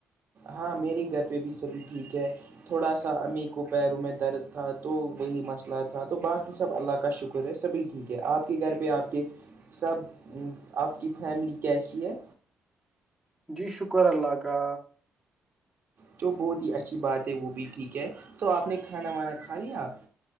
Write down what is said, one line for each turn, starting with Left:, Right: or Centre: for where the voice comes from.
Right: ہاں میرے گھر پہ بھی سبھی ٹھیک ہے تھوڑا سا امی کو پیروں میں درد تھا تو وہی مسئلہ تھا تو باقی سب اللہ کا شکر شکر ہے سبھی ٹھیک ہے آپ کے گھر پہ آپ کے سب آپ کی فیملی کیسی ہے
Centre: جی شکر اللہ کا
Right: تو بہت ہی اچھی بات ہے وہ بھی ٹھیک ہے تو آپ نے کھانا وانا کھا لیا